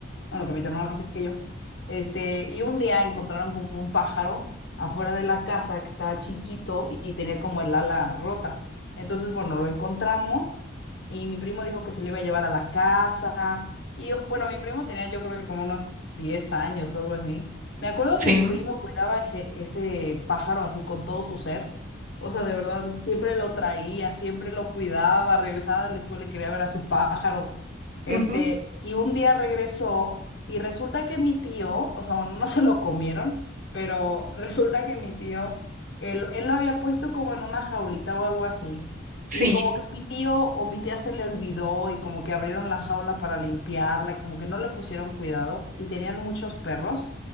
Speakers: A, on the left (about 65°); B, on the right (about 40°).
A: bueno, que mis hermanos y que yo, este, y un día encontraron como un pájaro afuera de la casa que estaba chiquito y tenía como el ala rota. Entonces, bueno, lo encontramos y mi primo dijo que se lo iba a llevar a la casa y yo- bueno, mi primo tenía yo creo que como unos 10 años o algo así. Me acuerdo
B: Sí,
A: que mi primo cuidaba ese, ese pájaro así con todo su ser. O sea, de verdad, siempre lo traía, siempre lo cuidaba, regresaba de la escuela y quería ver a su pájaro. Este,
B: ujú,
A: y un día regresó y resulta que mi tío, o sea, bueno, no <laughs> se lo comieron, pero resulta que mi tío, él, él lo había puesto como en una jaulita o algo así.
B: sí,
A: Y como que mi tío o mi tía se le olvidó y como que abrieron la jaula para limpiarla y como que no le pusieron cuidado y tenían muchos perros.